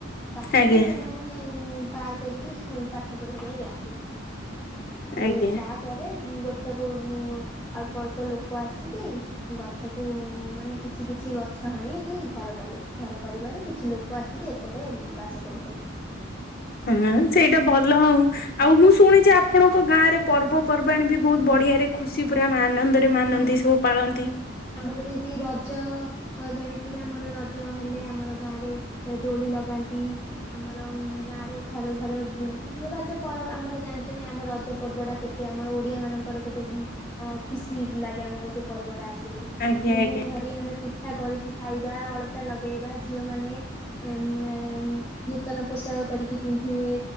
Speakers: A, on the left (about 15°); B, on the left (about 50°).
A: ତାକୁ
B: ଆଜ୍ଞା
A: ବି ସେମାନେ ଉଁ ପାର କରିକି ସ୍କୁଲ ପାଠ ପଢିବା ପାଇଁ ଯାଆନ୍ତି।
B: ଆଜ୍ଞା
A: ଏ ତାପରେ ଗୋଟେ ଉଁ ଅଳ୍ପ ଅଳ୍ପ ଲୋକ ଆସିକି ଗଛ କୁ ମାନେ କିଛି କିଛି ଗଛ ହାଣି କି ଘର କଲେ ଘର କରିବାରୁ କିଛି ଲୋକ ଆସିକି ଏପଟେ ବାସ କରୁଛନ୍ତି।
B: ହଁ ସେଇଟା ଭଲ ଆଉ। ଆଉ ମୁଁ ଶୁଣିଛି ଆପଣଙ୍କ ଗାଁ ରେ ପର୍ବପର୍ବାଣି ବି ବହୁତ ବଢିଆ ରେ ଖୁସି ପୁରା ଆମେ ଆନନ୍ଦ। ରେ ମାନନ୍ତି
A: ହଁ
B: ସବୁ
A: ଆମର
B: ପାଳନ୍ତି।
A: ଆମର ଯେମିତି ରଜ ଅ ଜାଣିଥିବେ ଆମର ରଜ ହେଲେ ଆମର ଗାଁ ରେ ଏ ଦୋଳି ଲଗାନ୍ତି। ଆମର ଉଁ ଗାଁ ରେ ଘରେ ଘରେ ବୁଲ ରଜ ପର୍ବ ଆମର ଜାଣିଛନି ଆମ ରଜ ପର୍ବ ଟା କେତେ କେତେ ଆମର ଓଡିଆ ମାନଙ୍କର କେତେ ଉଁ ଆଁ ଖୁସି ଲାଗେ ଆମର ସେ ପର୍ବଟା ଆସିଲେ
B: ଆଜ୍ଞା
A: ତିନି
B: ଆଜ୍ଞା
A: ଦିନ ଧରି ଆମେ ପିଠା କରିକି ଖାଇବା, ଅଳତା ଲଗେଇବା ଝିଅ ମାନେ ଏ ଉଁ ମ ଏନ୍ ନୂତନ ପୋଷାକ କରିକି ପିନ୍ଧିବେ।